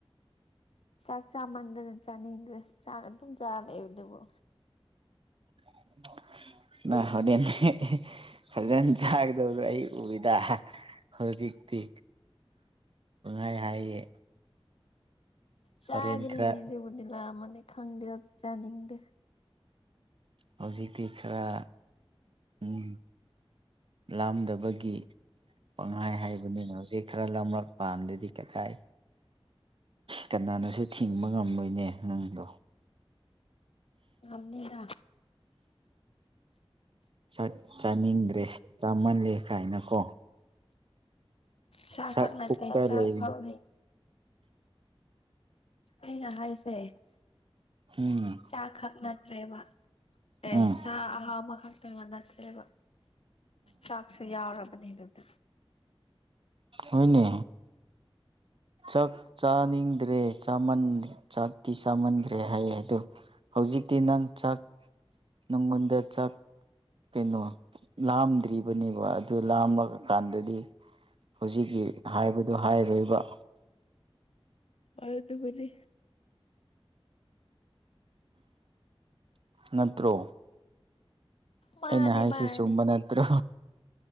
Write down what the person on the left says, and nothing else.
ꯆꯥꯛ ꯆꯥꯃꯟꯗꯅ ꯆꯥꯅꯤꯡꯗ꯭ꯔꯦ ꯆꯥ ꯑꯗꯨꯝ ꯆꯥꯔ ꯂꯩꯕ ꯑꯗꯨꯕꯨ
ꯆꯥꯒꯔꯤꯅꯦꯗꯤꯕꯨꯗꯤꯂ
ꯃꯅꯤ ꯈꯪꯗꯦ ꯆꯥꯅꯤꯡꯗꯦ
ꯉꯅꯤꯗ
ꯆꯥꯈꯛ
ꯅꯠꯇꯦ
ꯆꯥꯛ
ꯐꯥꯎꯅꯤ ꯑꯩꯅ ꯍꯥꯏꯁꯦ
ꯆꯥꯈꯛ ꯅꯠꯇ꯭ꯔꯦ ꯋꯥ ꯑꯦ
ꯁ ꯑꯍꯕ ꯀꯩꯅꯩꯅ ꯅꯠꯇ꯭ꯔꯦꯕ ꯆꯥꯛꯁꯨ ꯌꯥꯎꯔꯕꯅꯦ ꯑꯗꯨꯗ
ꯑꯕꯤꯕꯨꯅꯤ
ꯃꯥꯅꯦ
ꯃꯥꯅꯦ